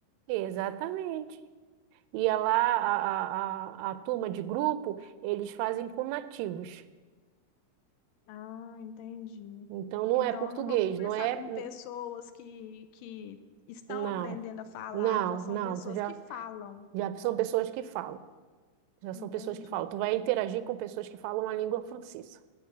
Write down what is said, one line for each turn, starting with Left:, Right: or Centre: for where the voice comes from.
Right: Exatamente. E a lá a, a, a, a turma de grupo, eles fazem com nativos.
Left: Ah, entendi.
Right: Então não
Left: Então
Right: é português,
Left: eu não vou conversar
Right: não é.
Left: com pessoas que, que estão
Right: Não,
Left: aprendendo a falar,
Right: não,
Left: já são
Right: não.
Left: pessoas
Right: Tu já,
Left: que falam.
Right: já são pessoas que falam. Já são
Left: Entendi.
Right: pessoas que falam. Tu vai interagir com pessoas que falam a língua francesa.